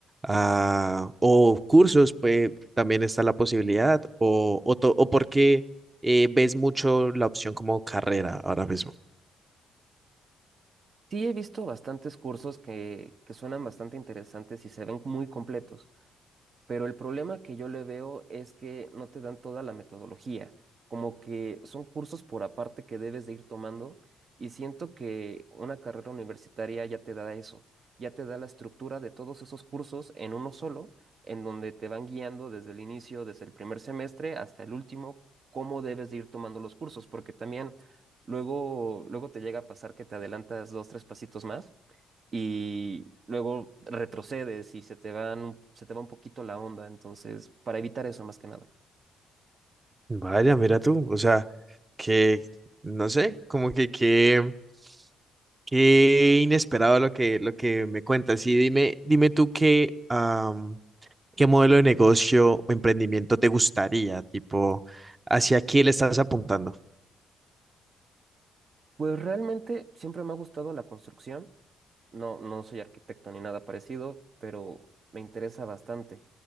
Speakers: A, on the right; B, on the right.
A: ah, o cursos, pues también está la posibilidad, o, o, to- o por qué eh, ves mucho la opción como carrera ahora mismo.
B: Sí, he visto bastantes cursos que, que suenan bastante interesantes y se ven muy completos. Pero el problema que yo le veo es que no te dan toda la metodología, como que son cursos por aparte que debes de ir tomando y siento que una carrera universitaria ya te da eso, ya te da la estructura de todos esos cursos en uno solo, en donde te van guiando desde el inicio, desde el primer semestre hasta el último, cómo debes de ir tomando los cursos, porque también luego, luego te llega a pasar que te adelantas dos, tres pasitos más y luego retrocedes y se te van, un- se te va un poquito la onda, entonces, para evitar eso más que nada.
A: Vaya, mira tú, o sea, que, no sé, como que, que, qué inesperado lo que, lo que me cuentas. Y dime, dime tú qué, am, qué modelo de negocio o emprendimiento te gustaría, tipo, hacia qué le estás apuntando.
B: Pues realmente siempre me ha gustado la construcción. No, no soy arquitecto ni nada parecido, pero me interesa bastante.